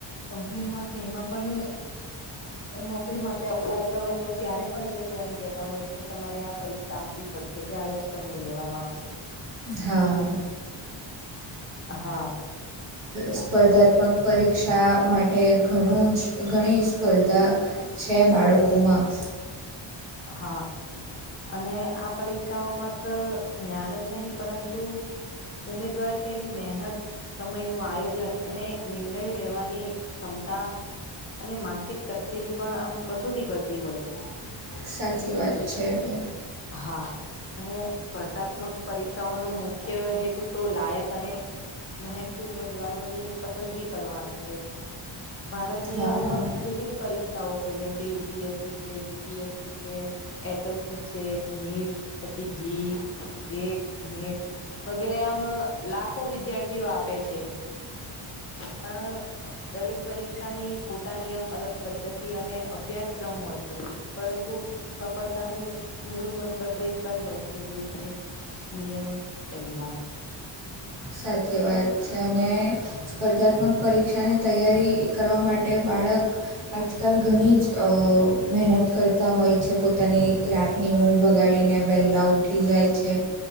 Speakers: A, on the left; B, on the right.
A: કંપનીમાં કે એમાં પણ નોકરી માટે અપ્લાય કરો તો ત્યારે પણ એ લોકો એમ કેહેતા હોય છે કે તમારે આ પરીક્ષા આપવી પડશે ત્યારે જ તમને લેવામાં આવશે
B: હા
A: હા
B: સ્પર્ધાત્મક પરીક્ષા માટે ઘણું જ ઘણી સ્પર્ધા છે બાળકોમાં
A: હા અને આ પરીક્ષાઓ માત્ર જ્ઞાન જ નહીિ પરંતુ ઉમેદવાર છે એની મહેનત સમય ન આયોજન અને નિર્ણય લેવાની ક્ષ અને માનસિક શક્તિની પણ આમ કસોટી કરતી હોય છે
B: સાચી વાત છે તો
A: હા અને સ્પર્ધાત્મક પરીક્ષાઓનો મુખ્ય હેતુ તો લાયક અને મહેનતુ ઉમેદવારોની પસંદગી કરવાનો છે. ભારતની
B: હા
A: આમ વિવિધ પરીક્ષાઓ છે, જેમકે યુપીએસસી છે જી પીએસસી છે, એસસસી છે, નીટ પછી જી ગેટ, નેટ વગેરે આમ લાખો વિદ્યાર્થીઓ આપે છે પણ દરેક પરીક્ષાની પોતાની આમ અલગ પદ્ધતિ અને અભ્યાસક્રમ હોય છે. પરંતુ સફળતાનું મૂળ મંત્ર તો એક જ હોય છે જે છે નિયમિત તૈયાર.
B: સાચી વાત છે અને. સ્પર્ધાત્મક પરીક્ષાની તૈયારી કરવા માટે બાળક આજકાલ ઘણી જ મહેનત કરતા હોય છે, પોતાની રાતની ઊંઘ બગાડી ને વહેલા ઉઠી જાય છે,